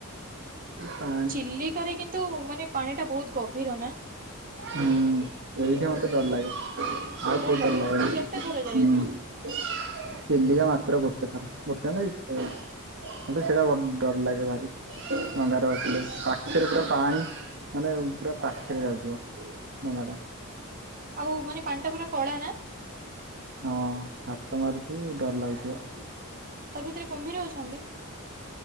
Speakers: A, on the right; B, on the right.
A: ପା
B: ଚିଲିକାରେ କିନ୍ତୁ ମାନେ ପାଣି ଟା ବହୁତ ଗଭୀର ନା।
A: ହୁଁ ଏଇଠି ମତେ ଡର ଲାଗେ ଆଉ କୋଉଠି
B: ଲାଗେ
A: ଡର ଲାଗେନି
B: କେତେ ଥର ଯାଇଛ?
A: ହୁଁ। ଚିଲିକା ମାତ୍ର ଗୋଟେ ଥର ଗୋଟେ ନା ଦି ଥର ଯାଇଛି। ମତେ ସେଇଟା ଡର ଲାଗେ ଭାରି ଡଙ୍ଗାରେ ବସିଲେ ପାଖରେ ପୁରା ପାଣି। ମାନେ ପୁରା ପାଖିରେ ଯାଉଥିବ। ନେବାଟା।
B: ଆଉ ମାନେ ପାଣ୍ଟା ପୁରା କଳା ନା।
A: ହଁ ହାତ ମାରୁଥିବୁ ଡର ଲାଗୁଥିବ।
B: ତା ଭିତରେ କୁମ୍ଭୀର ଅଛନ୍ତି।